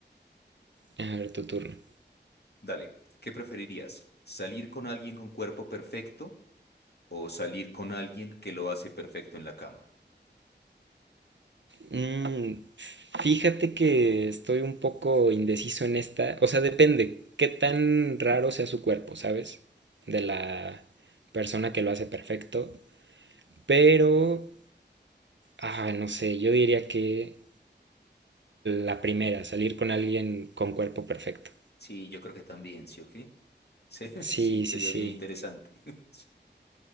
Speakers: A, on the right; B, on the left.
A: A ver, tu turno.
B: Dale, ¿qué preferirías? ¿Salir con alguien con cuerpo perfecto o salir con alguien que lo hace perfecto en la cama?
A: Mm, fíjate que estoy un poco indeciso en esta, o sea, depende qué tan raro sea su cuerpo, ¿sabes? De la persona que lo hace perfecto, pero, ah, no sé, yo diría que la primera, salir con alguien con cuerpo perfecto.
B: Sí, yo creo que también, ¿sí o qué? <laughs> Sí,
A: Sí,
B: sí, sería
A: sí, sí.
B: bien interesante. <laughs>